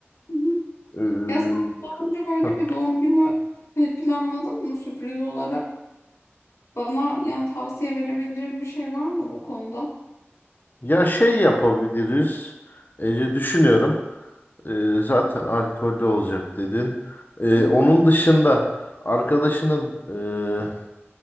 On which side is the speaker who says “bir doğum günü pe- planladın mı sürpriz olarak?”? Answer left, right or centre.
Left